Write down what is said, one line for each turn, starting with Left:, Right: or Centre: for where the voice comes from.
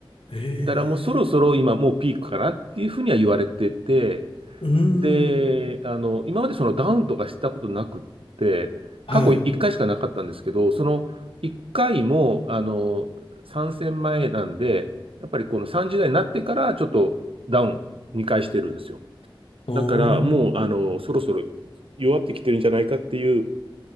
Left: ええ
Right: だからもうそろそろ今もうピークかなっていうふうには言われてて、
Left: うー
Right: で、
Left: ん。
Right: あの、今までそのダウンとかしたことなくって、
Left: はい。
Right: 過去1回しかなかったんですけど、その1回も、あの、参戦前なんで、やっぱりこの30代になってからちょっとダウン2回してるんですよ。
Left: お
Right: だからもう、
Left: ー。
Right: あの、そろそろ弱ってきてるんじゃないかっていう